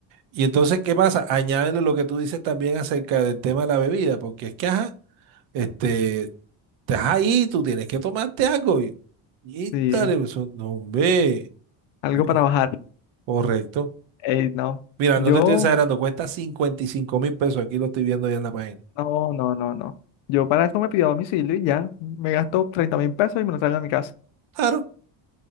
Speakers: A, on the right; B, on the left.
A: Y entonces, ¿qué pasa? Añádele lo que tú dices también acerca del tema de la bebida, porque es que, ajá, este, estás ahí, tú tienes que tomarte algo. Y, y
B: Sí,
A: dale, eso, no ve.
B: algo
A: <laughs>
B: para bajar.
A: Correcto.
B: Ey, no.
A: Mira,
B: Yo,
A: no te estoy exagerando, cuesta cincuenta y cinco mil pesos. Aquí lo estoy viendo ya en la página.
B: no, no, no, no. Yo para eso me pido domicilio y ya. Me gasto treinta mil pesos y me lo traigo a mi casa.
A: Claro,